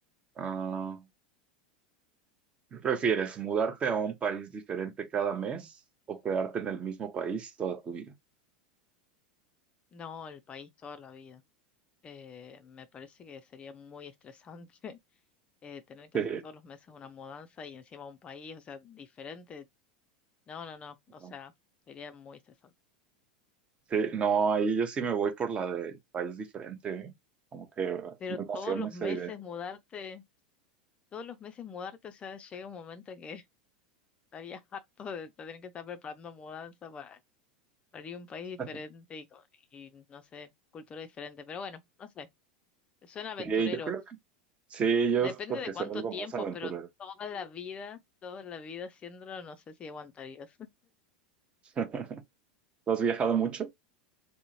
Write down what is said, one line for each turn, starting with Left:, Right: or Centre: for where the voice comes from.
Right: Ah, ¿Qué ¿Prefieres mudarte a un país diferente cada mes o quedarte en el mismo país toda tu vida?
Left: No, el país toda la vida. Eh, me parece que sería muy estresante <laughs> eh, tener que
Right: Sí,
Left: hacer todos los meses una mudanza y encima un país, o sea, diferente. No, no, no, o
Right: no,
Left: sea, sería muy estresante.
Right: Sí, no, ahí yo sí me voy por la del país diferente, ¿eh? Como que
Left: Pero
Right: me emociona
Left: todos los
Right: esa
Left: meses
Right: idea.
Left: mudarte, todos los meses mudarte, o sea, llega un momento que <laughs> estarías harto de tener que estar preparando mudanza para, para ir a un país
Right: <laughs>
Left: diferente y, con- y, no sé, cultura diferente. Pero bueno, no sé, suena aventurero.
Right: Sí, yo creo que sí, yo
Left: Depende
Right: es porque
Left: de cuánto
Right: soy algo
Left: tiempo,
Right: más aventurero.
Left: pero toda la vida, toda la vida haciéndolo, no sé si aguantarías.
Right: <laughs> ¿Tú has viajado mucho?